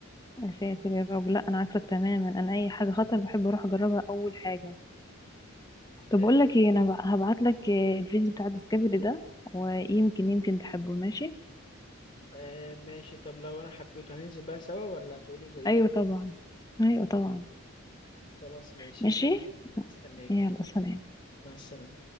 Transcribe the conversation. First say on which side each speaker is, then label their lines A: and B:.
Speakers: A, on the left; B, on the left.
A: يا ساتر يا رب لا انا عكسك تماما انا اي حاجه خطر بحب اروح اجربها اول حاجه طب
B: آه
A: اقول لك ايه انا هبعت لك الفيديو بتاع الديسكفري ده ويمكن يمكن تحبه ماشي
B: آه ماشي طب لو انا حبيته هننزل بقى سوا ولا هتقولي زي
A: ايوه طبعا ايوه طبعا
B: خلاص ماشي
A: ماشي
B: هستناك هستناك
A: يلا سلام
B: مع السلامة